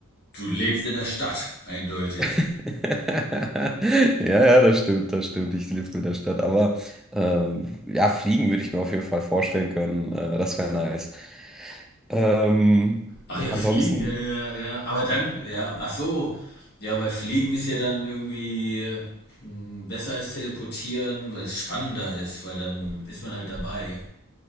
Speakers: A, on the left; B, in the centre.
A: du lebst in der Stadt, eindeutig.
B: <laughs> Ja, ja, das stimmt, das stimmt. Ich lebe in der Stadt. Aber ähm, ja, fliegen würde ich mir auf jeden Fall vorstellen können. Äh, das wäre nice. Ähm,
A: Ach ja,
B: ansonsten,
A: Fliegen, ja, ja, ja. ja. Aber dann, ja, ach so, ja, weil Fliegen ist ja dann irgendwie mh, besser als Teleportieren, weil es spannender ist, weil dann ist man halt dabei.